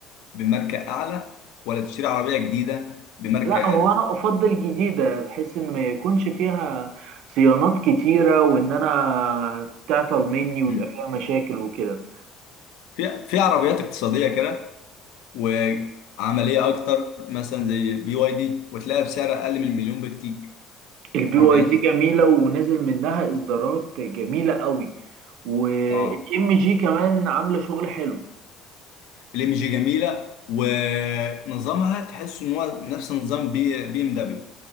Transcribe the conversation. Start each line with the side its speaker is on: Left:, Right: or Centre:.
Left: بماركه اعلى ولا تشتري عربيه جديده بماركه
Right: لا هو
Left: اقل
Right: انا افضل جديدة بحيث ان ما يكونش فيها صيانات كتيرة وان انا تعطل مني ويبقى
Left: مم.
Right: فيها مشاكل وكده
Left: في في عربيات اقتصاديه كده وعمليه اكتر مثلا زي بي واي دي وتلاقيها بسعر اقل من المليون بكتير
Right: البي واي
Left: عربيات
Right: دي جميلة ونزل منها اصدارات جميلة قوي والام
Left: اه
Right: جي كمان عاملة شغل حلو
Left: الام جي جميله ونظامها تحس ان هو نفس نظام بي بي ام دبليو